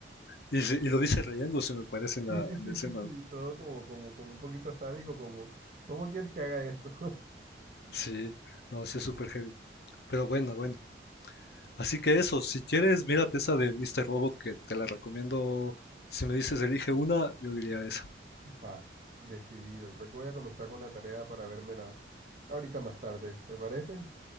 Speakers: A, on the left (about 60°); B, on the right (about 45°).
A: Y, sí,
B: <laughs>
A: y lo dice riéndose, me parece, en la,
B: Sí, sí,
A: en
B: sí,
A: la escena.
B: sí, sí,
A: ¿no?
B: todo como, como, como un poquito sádico, como, ¿cómo quieres que haga eso?
A: Sí, no, sí es súper heavy. Pero buena, buena. Así que eso, si quieres, mírate esa de Mr. Robot que te la recomiendo. Si me dices elige una, yo diría esa.
B: <laughs> Va, decidido. Creo que voy a comenzar con la tarea para vérmela ahorita más tarde, ¿te parece?